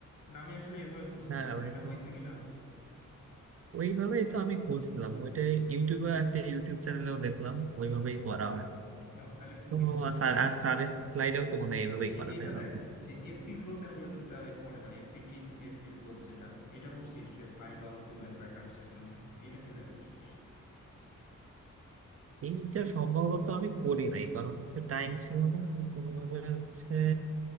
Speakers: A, on the left; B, on the right.
A: মানে আমি আসলে এইভাবে করছিলাম
B: হ্যাঁ
A: এখন
B: ওই
A: এটা
B: একদম
A: হয়েছে কিনা
B: ওইভাবেই তো আমি করছিলাম ওইটা ইউটিউবে একটা ইউটিউব চ্যানেলেও দেখলাম ওইভাবেই করা হয়
A: না তাহলে ঠিক
B: তো
A: আছে
B: স্যার
A: আচ্ছা
B: আর স্যারের স্লাইডেও তো মনে হয় এইভাবেই
A: এই যে
B: করা
A: এটা
B: তাই না
A: দেখ যে এফপি গ্রোথ অ্যালগোরিদমটা এর পরে মানে এফপি টি থেকে এফপি গ্রোথ যেটা এটা করছিস যে ফাইন্ড অল ফ্রিকোয়েন্ট প্যাটার্নস এর জন্য এটা কিভাবে করছিস
B: এইটা সম্ভবত আমি করি নাই কারণ হচ্ছে টাইম ছিল না আমি কোনোভাবে হচ্ছে